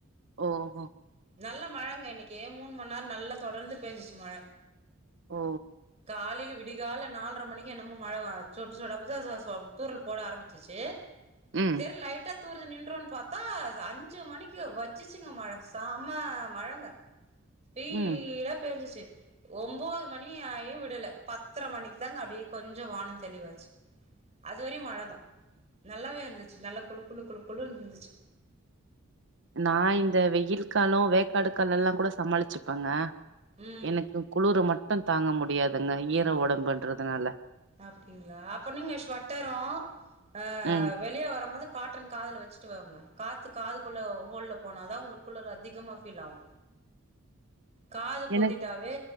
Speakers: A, on the right (about 55°); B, on the right (about 30°).
A: ஓஹோ
B: நல்ல மழங்க இன்னைக்கு மூன் மண் நேரோ நல்லா தொடர்ந்து பேஞ்சுச்சு மழ
A: ஓ
B: காலில விடிகால்ல நால்ர மணிக்கு என்னமோ மழ சொட்டு சொட்டாப்பதா சொ சோ தூரள் போட ஆரமிச்சிச்சி
A: ம்
B: செரி லைட்டா தூர்ரது நின்றுன்னு பாத்தா அஞ்சு மணிக்கு வச்சிச்சிங்க மழ சம்ம மழங்க ஸ்பீடா
A: ம்
B: பேஞ்சுச்சு ஒம்போது மணி ஆயு விடல பத்ர மணிக்கு தாங்க அப்டியே கொஞ்ச வானோ தெளிவாச்சு அதுவரையு மழதா நல்லாவே இருந்துச்சு நல்லா குளு குளு குளு குளுன் இருந்துச்சு
A: நா இந்த வெயில் காலோ வேக்காடு காலோல்லா கூட சமாளிச்சுப்பேங்க
B: ம்
A: எனக்கு குளுறு மட்டு தாங்க முடியாதுங்க ஈர ஒடம்புன்றதுனால
B: அப்டிங்களா அப்ப நீங்க ஸ்வட்டரு அஹ்
A: ம்
B: வெளிய வரும்போது காட்டன் காதுல வச்சுட்டு வரணு காத்து காதுக்குள்ள ஹோல்ல போனாதா உங்களுக்கு குளுறு அதிகமா ஃபீல் ஆவு காத பொத்திட்டாவே
A: எனக்கு